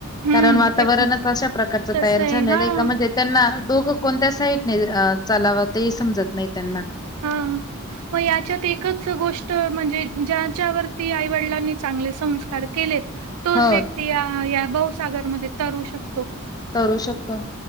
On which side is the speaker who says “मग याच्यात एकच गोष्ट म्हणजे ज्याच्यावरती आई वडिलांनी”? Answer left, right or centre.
Right